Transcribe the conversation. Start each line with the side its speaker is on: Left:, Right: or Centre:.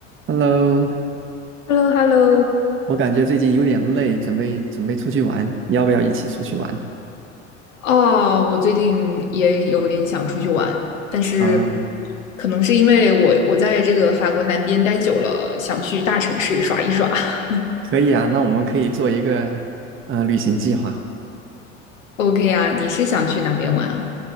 Right: Hello，
Left: h e l l o h e l l o
Right: 我感觉最近有点累，准备准备出去玩，要不要一起出去玩？
Left: 哦，我最近也有点想出去玩，但是
Right: 啊，
Left: 可能是因为我我在这个法国南边待久了，想去大城市耍一耍。<laughs>
Right: 可以啊，那我们可以做一个呃旅行计划。
Left: OK 啊，你是想去哪边玩啊？